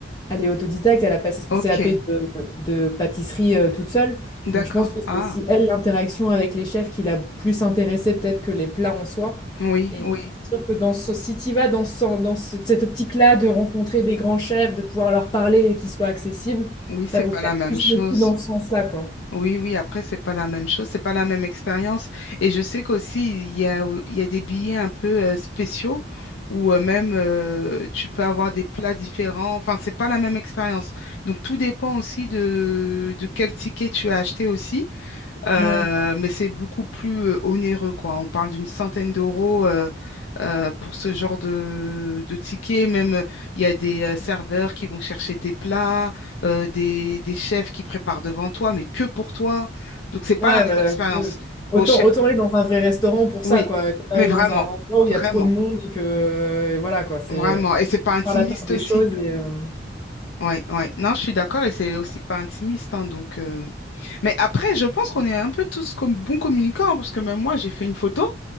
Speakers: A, on the left (about 20°); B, on the left (about 80°).
A: Elle est autodidacte, elle a passé son
B: Ok,
A: CAP de, de pâtisserie euh, toute seule.
B: d'accord.
A: Donc je pense que c'est
B: Ah,
A: aussi elle, l'interaction avec les chefs, qui l'a plus intéressée peut-être que les plats en soi.
B: oui,
A: Et
B: oui.
A: c'est sûr que dans ce, si tu vas dans, ce- dans ce- cette optique-là de rencontrer des grands chefs, de pouvoir leur parler et qu'ils soient accessibles,
B: Oui,
A: ça
B: c'est
A: vaut
B: pas
A: peut-être
B: la même
A: plus
B: chose.
A: le coup dans ce sens-là, quoi.
B: Oui, oui, après, c'est pas la même chose, c'est pas la même expérience. Et je sais qu'aussi, il y a, il y a des billets un peu euh, spéciaux où euh, même euh, tu peux avoir des plats différents. Enfin, c'est pas la même expérience. Donc, tout dépend aussi de, de quel ticket tu as acheté aussi. Euh,
A: Ouais.
B: mais c'est beaucoup plus euh, onéreux, quoi. On parle d'une centaine d'euros euh, euh, pour ce genre de, de ticket. Même, euh, il y a des euh, serveurs qui vont chercher tes plats, euh, des, des chefs qui préparent devant toi, mais que pour toi. Donc, c'est pas
A: Ouais,
B: la
A: bah,
B: même expérience.
A: euh, autant,
B: Bon, je sais,
A: autant aller dans un vrai restaurant pour
B: oui,
A: ça, quoi. Et pas
B: mais
A: aller
B: vraiment,
A: dans un endroit où il
B: vraiment,
A: y a trop de monde et que, euh, et voilà, quoi. C'est
B: vraiment.
A: euh,
B: Et c'est pas intimiste
A: faire la part des
B: aussi.
A: choses et... euh,
B: Oui, oui. Non, je suis d'accord, et c'est aussi pas intimiste, hein, donc. euh, mais après, je pense qu'on est un peu tous comme bons communicants, hein, parce que même moi, j'ai fait une photo.